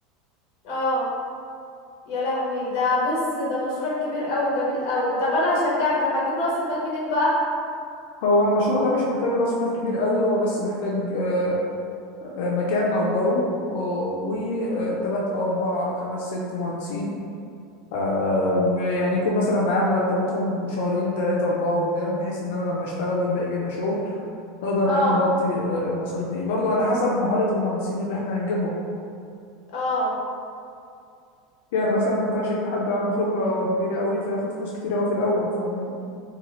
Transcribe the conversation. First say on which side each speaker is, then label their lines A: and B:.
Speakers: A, on the left; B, on the left.
A: اه يا لهوي ده بص ده مشروع كبير قوي جميل قوي طب انا هشجعك طب هتجيب رأس المال منين بقى
B: هو المشروع ده مش محتاج راس مال كبير قوي هو بس محتاج آه، آه، مكان نأجره وثلاث أو أربع خمس ست مهندسين آه، ب- يعني يكون مثلا معايا مرتباتهم شهرين ثلاثة أربعة قدام بحيث إن أنا لما أشتغل ويبقى يجي لنا شغل نقدر إن
A: اه
B: إحنا نغطي آه، المصاريف دي برضو على حسب مهارة المهندسين اللي إحنا هنجيبهم
A: اه
B: يعني مثلا ما ينفعش أجيب حد عنده خبرة كبيرة قوي فياخد فلوس كتير قوي في الأول فاهماني